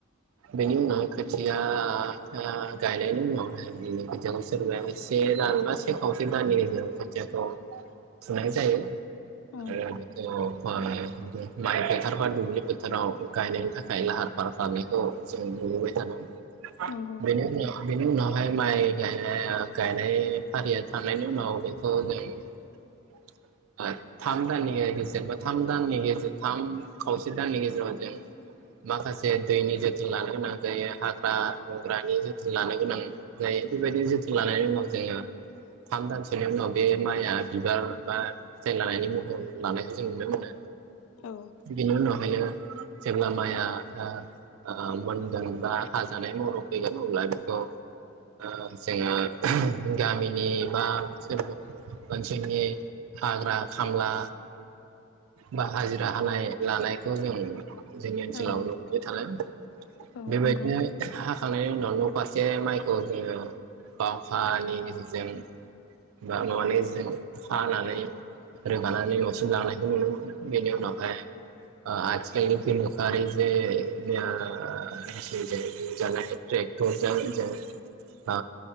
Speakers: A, on the right; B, on the left.
A: बेनि उनाव खोथियाखो गायनायनि उनाव ओमफ्राय बिनि खोथियाखौ सोरबाया से दान बा से खावसे दाननि गेजेर खोथियाखौ फुनाय जायो आरो
B: औ
A: बेखौ माइ माइ फोथार बा दुब्लि फोथाराव गायनायनि थाखाय लाहार फाहार खालामनायखौ जों नुबोबाय थादों।
B: नंगौ
A: बेनि उनाव बेनि उनाव फाय माइ गायनाय ओ गायनाय फारिया थांनायनि उनाव बेखौ जों थाम दाननि गेजेर बा थाम दाननि गेजेर थाम खावसे दाननि गेजेराव जों माखासे दैनि जोथोन लानो गोनां जायो हाग्रा हंग्रानि जोथोन लानो गोनां जायो बेबायदि जोथोन लानायनि उनाव जोङो थाम दानसोनि उनाव बे माइआ बिबार बा फिथाइ लानायनि महर लानायखौ जों नुनो मोनो।
B: औ
A: बिनि उनाव हायो जेब्ला माइआ ओ ओ मोनगोन बा हाजानाय महराव फैगोन अब्ला बेखौ ओ जोङो गामिनि बा <unintelligible> ओनसोलनि हाग्रा खामला बा हाजिरा हानाय। लानायखौ जों जोंनि ओनसोलाव
B: औ
A: नुबाय थादों
B: औ
A: बेबायदिनो
B: नंगौ
A: हाखांनायनि नफारसे माइ खौ जोङो बावखानि गगेजेरजों हानानै रोगानानै न'सिम लांनायखौ नुनो मोनो बेनि उनावहाय ओ आथिखालनि गोनोखोआरि जे ओ मेसिनजों जानाय ट्रेक्टरजों जों ओ